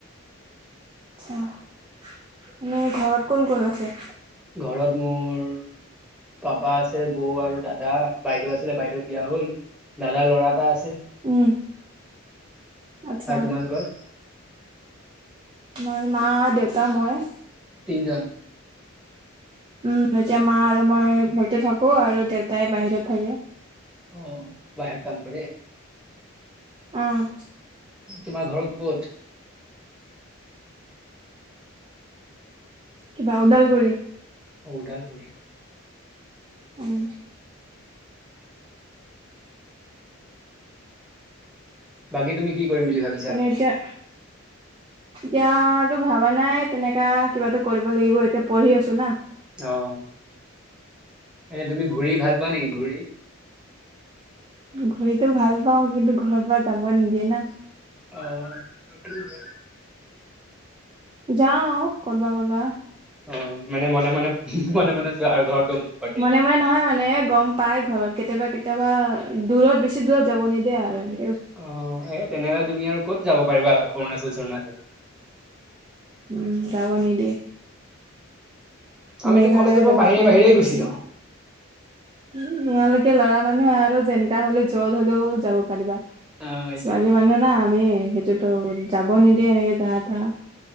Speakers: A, on the right; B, in the centre.
A: অ এনে ঘৰত কোন কোন আছে?
B: ঘৰত মোৰ পাপা আছে বৌ আৰু দাদা, বাইদেউ আছিলে বাইদেউ বিয়া হ'ল দাদাৰ ল'ৰা এটা আছ-
A: উম আচ্ছা
B: আৰু তোমালোকৰ?
A: আমাৰ মা, দেউতা, মই।
B: তিনজন।
A: উম এতিয়া মা আৰু মই ঘৰতে থাকো আৰু দেউতাই বাহিৰত থাকে।
B: অ বাহিৰত কাম কৰে।
A: ওম
B: তোমাৰ ঘৰ ক'ত?
A: কিবা ওদালগুৰি।
B: ঔ ওদালগুৰি।
A: উম।
B: বাকী তুমি কি কৰিম বুলি ভাবিছা?
A: তেনে এতিয়া এতিয়াতো ভাবা নাই তেনেকা কিবাটো কৰিব লাগিব এতিয়া পঢ়ি আছোঁ না।
B: অ এ তুমি ঘূৰি ভাল পোৱা নেকি ঘূৰি?
A: ঘূৰিতো ভাল পাওঁ, কিন্তু ঘৰৰ পৰা যাব নিদিয়ে না।
B: অ সেইটোও হয়।
A: যাওঁ কতবা কতবা।
B: অ মানে মনে মনে উমহ মনে মনে যোৱা আৰু ঘৰত। গম নোপোৱাকে।
A: মনে মনে নহয় মানে গ'ম পাই ঘৰত কেতিয়াবা কেত- কেতিয়াবা দূৰত বেছি দূৰত যাব নিদিয়ে আৰু এনে।
B: অ এই তেনেহলে তুমি আৰু ক'ত যাব পাৰিবা অৰুণাচল চৰুণাচল।
A: উম যাব নিদিয়ে।
B: আমিতো
A: মেঘালয়া
B: কলেজৰ পৰা
A: যাব
B: বাহিৰে
A: প্লেন
B: বাহিৰে
A: কৰিছিল।
B: গুচি যাওঁ।
A: উম তোমালোকে ল'ৰা মানুহ আৰু যেনেকা হ'লেও য'ত হ'লেও যাব পাৰিবা
B: অ এইটোৱেটো
A: ছোৱালী মানুহ না আমি সেইটোত টো যাব নিদিয়ে এনেকে যাহা তাহা।